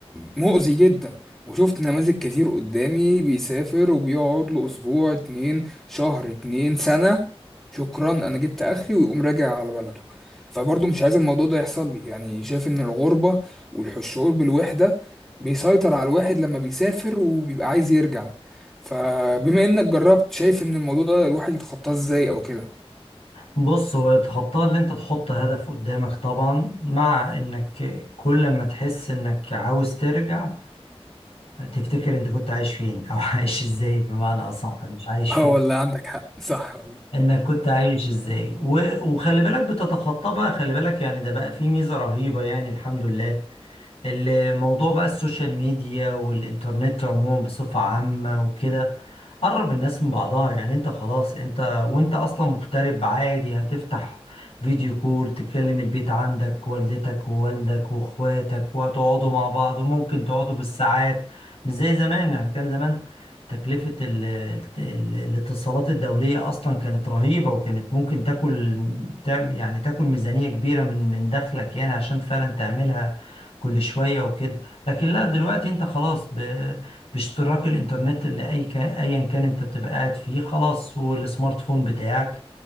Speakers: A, in the centre; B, on the left.
A: مؤذي جدا وشفت نماذج كتير قدامي بيسافر وبيقعد له اسبوع اتنين شهر اتنين سنه شكرا انا جبت اخري ويقوم راجع على بلده فبرضه مش عايز الموضوع ده يحصل لي يعني شايف ان الغربة والشعور بالوحدة بيسيطر على الواحد لما بيسافر وبيبقى عايز يرجع فبما انك جربت شايف ان الموضوع ده الواحد يتخطاه ازاي او كده
B: بص هو تخطى اللي انت تحط هدف قدامك طبعا مع انك كل ما تحس انك عاوز ترجع تفتكر انت كنت عايش فين او <laughs> عايش ازاي بمعنى اصح مش عايش
A: اه
B: فين
A: والله عندك حق صح والله
B: انك كنت عايش ازاي و- وخلي بالك بتتخطى بقى خلي بالك يعني ده بقى فيه ميزة رهيبة يعني الحمد لله الموضوع بقى السوشيال ميديا والإنترنت عموما بصفة عامة وكده قرب الناس من بعضها يعني انت خلاص انت وانت اصلا مغترب عادي هتفتح فيديو كول تكلم البيت عندك والدتك ووالدك واخواتك وهتقعدوا مع بعض وممكن تقعدوا بالساعات مش زي زمان يعني كان زمان تكلفة ال ال الاتصالات الدولية أصلا كانت رهيبة وكانت ممكن تاكل تعم- يعني تاكل ميزانية كبيرة من من دخلك يعني عشان فعلا تعملها كل شوية وكده لكن لا دلوقتي انت خلاص ب... باشتراك الانترنت اللي اي كان ايا كان انت بتبقى قاعد فيه خلاص والسمارت فون بتاعك